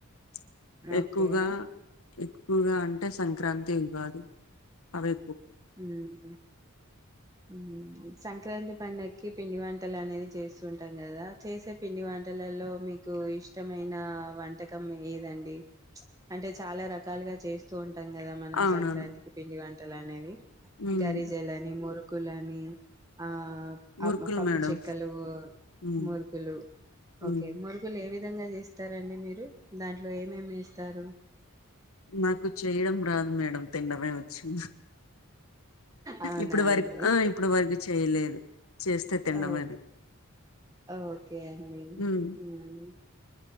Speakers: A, on the left; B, on the right.
A: ప్చ్ ఎక్కువగా
B: ఓకే
A: ఎ ఎక్కువగా అంటే సంక్రాంతి ఉగాది అవే
B: హ్మ్ హ్మ్ సంక్రాంతి పండక్కి పిండి వంటలు అనేది చేస్తూ ఉంటాం కదా చేసే పిండి వంటలలో మీకు ఇష్టమైన వంటకం ఏదండి ప్చ్ అంటే చాలా రకాలుగా చేస్తూ ఉంటా ఉంటాం కదా మనం
A: అవునవును
B: సంక్రాంతికి పిండి వంటలు అనేవి
A: ఉమ్
B: గ్యారీజ ఎలా నిం మురుకులుని ఆ
A: మురుకులు
B: పప్పు
A: మేడం
B: చెక్కలు
A: ఉమ్
B: ముగులు ఒకే
A: ఉమ్
B: ముగులు ఏ విధంగా చేస్తారండి మీరు దాంట్లో ఏమేమి చేస్తారు
A: నాకు చేయడం రాదు మేడం తినండమే వచ్చు
B: అవునా
A: ఇప్పుడు వరకు
B: అండి
A: ఆ ఇప్పుడు వరకు చేయలేదు చేస్తే తినడమే
B: ఓకే ఓకే అండి
A: ఉమ్
B: హ్మ్